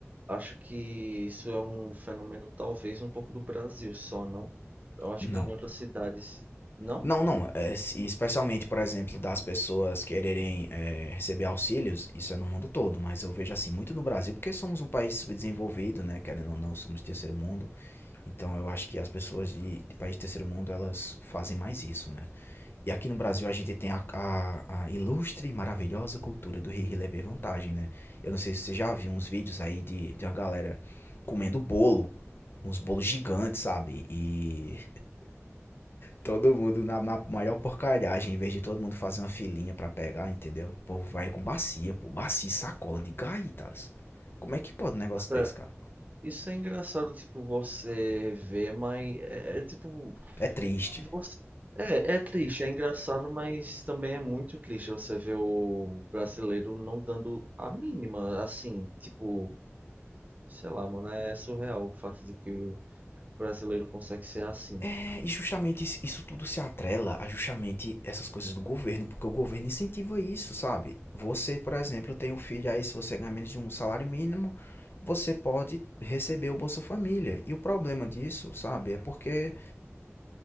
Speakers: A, on the right (about 35°); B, on the left (about 50°).
A: acho que isso é um fenômeno talvez um pouco do Brasil só, não? Eu acho
B: Não,
A: que em outras cidades, não?
B: Não, não. é, se- especialmente, por exemplo, das pessoas quererem é, receber auxílios, isso é no mundo todo, mas eu vejo assim muito no Brasil, porque somos um país subdesenvolvido, né? Querendo ou não, somos de terceiro mundo. Então eu acho que as pessoas de, de país de terceiro mundo, elas fazem mais isso, né? E aqui no Brasil a gente tem a, a- a ilustre e maravilhosa cultura do rir e levar vantagem, né? Eu não sei se você já viu uns vídeos aí de, de uma galera comendo bolo, uns bolos gigantes, sabe? E Todo mundo na, na maior porcalhagem, em vez de todo mundo fazer uma filinha pra pegar, entendeu? O povo vai com bacia, pô, bacia, sacola de gaitas. Como é que pode um negócio
A: Cara,
B: desse, cara?
A: isso é engraçado, tipo, você ver, mas é, é, tipo,
B: É triste.
A: você... É, é triste, é engraçado, mas também é muito triste você ver o brasileiro não dando a mínima, assim, tipo, sei lá, mano, é surreal o fato de que o brasileiro consegue ser assim.
B: É, e justamente isso, isso tudo se atrela a justamente essas coisas do governo, porque o governo incentiva isso, sabe? Você, por exemplo, tem um filho aí, se você ganhar menos de um salário mínimo, você pode receber o Bolsa Família. E o problema disso, sabe, é porque